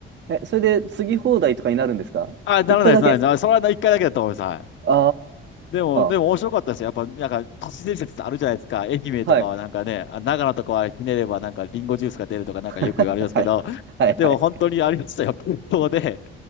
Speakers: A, on the right; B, on the left.
A: え、それで次放題とかになるんですか一杯だけ。
B: あ、ならないです、ならないです。あそれは一回だけだと思います。はい。
A: あ
B: でも、でも面白かったですよ。
A: あ。
B: やっぱ、なんか、都市伝説ってあるじゃないですか。愛媛とかはなんかね、
A: はい。
B: あ、長野とかはひねればなんかリンゴジュースが出るとかなんかよく言われますけど、
A: <laughs> はい。はい。
B: でも本当にありましたよ。
A: はい。
B: 本当で、